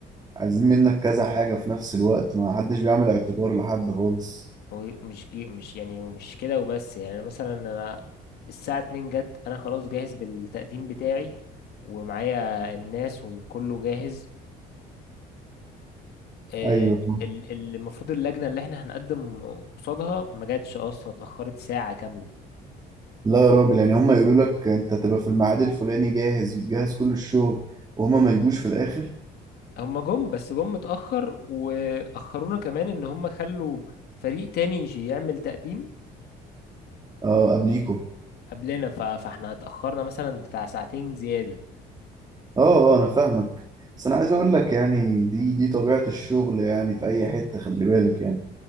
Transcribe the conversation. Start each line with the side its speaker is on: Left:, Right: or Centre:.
Right: عايزين منك كذا حاجة في نفس الوقت ما حدش بيعمل اعتبار لحد خالص
Left: هو مش جي مش يعني مش كده وبس يعني انا مثلا انا الساعة 2 جت انا خلاص جاهز بالتقديم بتاعي ومعايا الناس وكله جاهز آه،
Right: أيوه
Left: ال- ال- المفروض اللجنة اللي احنا هنقدم قصادها ما جاتش اصلا اتأخرت ساعة كاملة
Right: لا يا راجل يعني هما يقولوا لك أنت تبقى في الميعاد الفلاني جاهز وتجهز كل الشغل وهما ما يجوش في الآخر
Left: هم جم بس جم متأخر وأخرونا كمان ان هم خلوا فريق تاني يش- يعمل تقديم
Right: اه قبليكوا
Left: قبلنا ف- فاحنا اتأخرنا مثلا بتاع ساعتين زيادة
Right: اه اه أنا فاهمك بس أنا عايز أقول لك يعني دي دي طبيعة الشغل يعني في أي حتة خلي بالك يعني